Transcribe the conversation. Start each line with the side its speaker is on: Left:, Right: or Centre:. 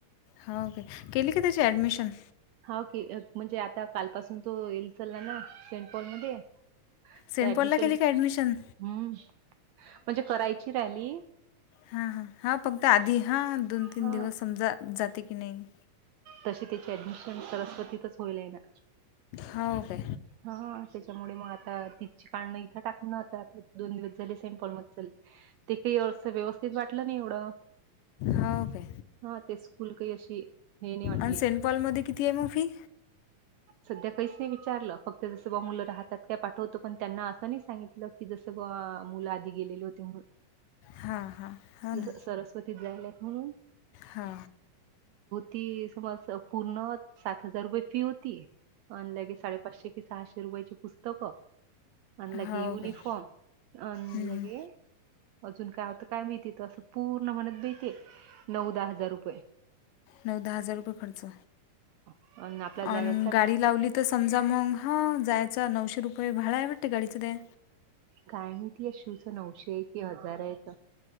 Left: हाव का केली की त्याची ऍडमिशन.
Right: हो की म्हणजे आता कालपासून तो येईल चचाल ना ना सेंट पॉल मध्ये
Left: सेंट
Right: तर ऍडमिशन
Left: पॉलला केली का ॲडमिशन
Right: हम् म्हणजे करायची रॅली
Left: हा हा हा फक्त आधी हा दोन तीन
Right: हा
Left: दिवस समजा जाते की नाही
Right: तशी त्याची ऍडमिशन सरस्वतीतच होईल आहे ना
Left: हा ओके
Right: हा त्याच्यामुळे मग आता ति कां इथं टाकण आताता दोन दिवस झाले सेंट पॉल म ते काही असं व्यवस्थित वाटलं नाही एवढ
Left: हा ओके
Right: हा ते स्कूल काही अशी हे नाही वाटली
Left: आणि सेंट पॉलमध्ये किती आहे मग फी
Right: सध्या काहीच नाही विचारलं फक्त जसं बालं राहतात काय पाठवतो पण त्यांना असं नाही सांगितलं की जस मुलं आधी गेलेले होते
Left: हां हां हो ना
Right: जस सरस्वतीत जायला म्हणून
Left: हा
Right: ती समज पूर्ण सात हजार रुपये फी होती आणि लगे साडेपाचशे कि सहाशे वयची पुस्तकं आणि लगे
Left: हा
Right: युनिफॉर्म
Left: ओके हम्म,
Right: आणि
Left: हम्म.
Right: लगे अजून काय आत काय मिळती त असं पूर्ण म्हणत भळते नऊ दहा हजार रुपये
Left: नऊ दहा हजार रुपये खर्च
Right: अ आपला जाय
Left: आणि गाडी लावली तर समजा मग ह जायचं नऊशे रुपये भाड आहे वाटते गाडीचं ते
Right: काय मती या शूच नऊशे आहे कि हजार आहे